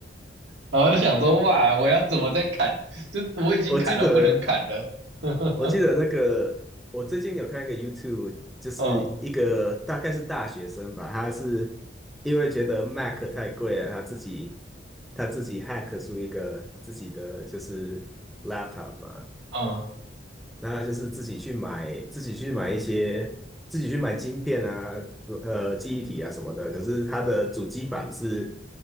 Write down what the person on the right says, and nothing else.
然后就想说，哇，我要怎么再砍？就我已经砍到不能砍了，
<laughs>
嗯
嗯，